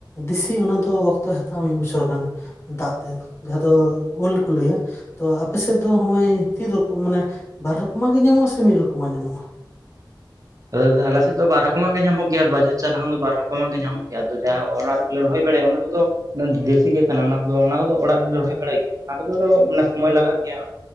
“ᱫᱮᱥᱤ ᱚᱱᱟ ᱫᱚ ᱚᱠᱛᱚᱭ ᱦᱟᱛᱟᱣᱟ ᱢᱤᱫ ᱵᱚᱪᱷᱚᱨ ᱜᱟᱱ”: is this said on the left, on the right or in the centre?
Left